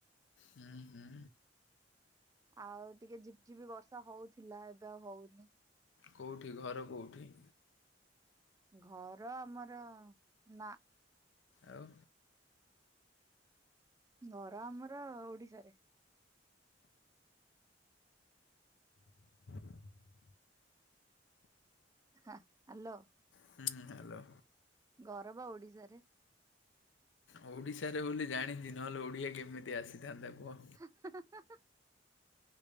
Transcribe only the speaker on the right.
ଆଉ ଟିକେ ଝିପ୍ ଝିପ୍ ବର୍ଷା ହଉଥିଲା ଏବେ ଆଉ ହଉନି।
ଘର ଆମର ନା।
ଘର ଆମର ଓଡିଶାରେ।
ହଁ ହାଲୋ।
ଘର ପା ଓଡିଶାରେ।
ହୁଁ ହ୍ନା ହ୍ନା।